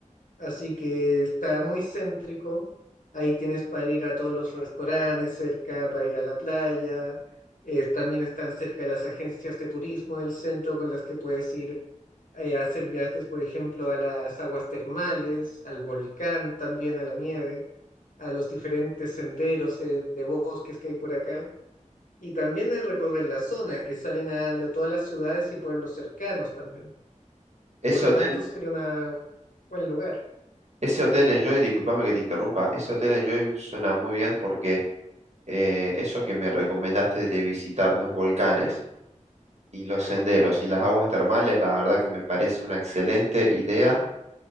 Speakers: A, on the left; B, on the right.
A: Así que está muy céntrico. Ahí tienes para ir a todos los restaurantes cerca, para ir a la playa. Eh, también están cerca las agencias de turismo del centro con las que puedes ir eh, a hacer viajes, por ejemplo, a las aguas termales, al volcán, también a la nieve, a los diferentes senderos eh, de bosques que hay por acá. Y también hay recorrer la zona, que salen a lo- todas las ciudades y pueblos cercanos también.
B: Ese
A: Por lo
B: hotel,
A: tanto, sería un buen lugar.
B: ese hotel Enjoy, discúlpame que te interrumpa, ese hotel Enjoy suena muy bien porque eh, eso que me recomendaste de visitar los volcanes y los senderos y las aguas termales, la verdad que me parece una excelente idea